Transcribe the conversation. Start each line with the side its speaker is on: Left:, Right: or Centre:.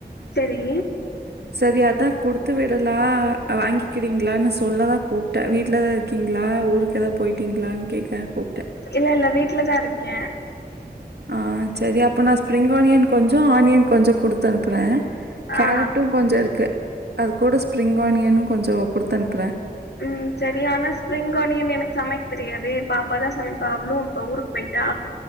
Left: சரி
Right: சரி அதா கொடுத்து விடலா வாங்கிக்கிறீங்களான்னு சொல்லதா கூப்பிட்டே வீட்ல தா இருக் கிங்களா ஊருக்கு எதா போயிட்டிங்களான்னு கேக்க கூப்பிட்டே
Left: இல்ல இல்ல வீட்ல தா இருக்கே
Right: ஆ சரி அப்போ நா ஸ்ப்ரிங் ஆனியன் கொஞ்சோ ஆனியன் கொஞ்சோ குடுத்து அனுப்புறே கேரட்டூ
Left: ஆ
Right: கொஞ்சே இருக்கு அது கூட ஸ்ப்ரிங் ஆனியனூ கொஞ்சே கொடுத்து அனுப்புறே
Left: ம் சரி ஆனா ஸ்ப்ரிங் ஆனியன் எனக்கு சமைக்க தெரியாதே பாப்பா தா சமைப்பா அவ்ளூ இப்ப ஊருக்கு போய்ட்டா